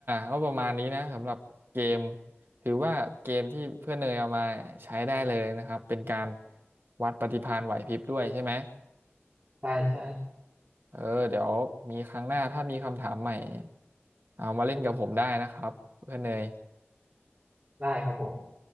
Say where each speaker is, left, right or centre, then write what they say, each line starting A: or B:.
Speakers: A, on the right (about 50°); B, on the right (about 30°).
A: ก็ประมาณนี้นะสำหรับเกมถือว่าเกมที่เพื่อนเนยเอามาใช้ได้เลยนะครับเป็นการวัดปฏิภาณไหวพริบด้วยใช่ไหม
B: ใช่ใช่
A: เออเดี๋ยวมีครั้งหน้าถ้ามีคำถามใหม่เอามาเล่นกับผมได้นะครับเพื่อนเนย
B: ได้ครับผม